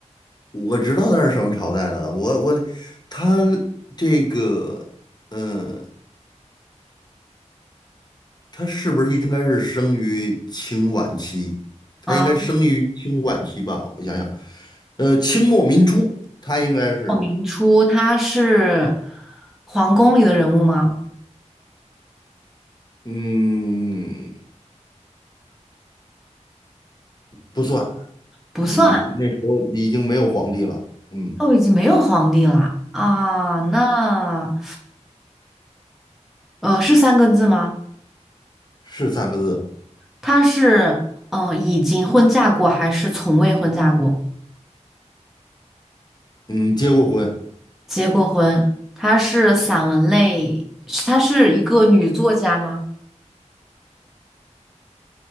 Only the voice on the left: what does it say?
我知道他是什么朝代的。我我他这个，嗯，他是不是应该是生于清晚期？他应该生于清晚期吧？
我想想，呃，清末民初，他应该是，
嗯，不算，
嗯，那时候已经没有皇帝了，嗯，
是三个字，
嗯，结过婚。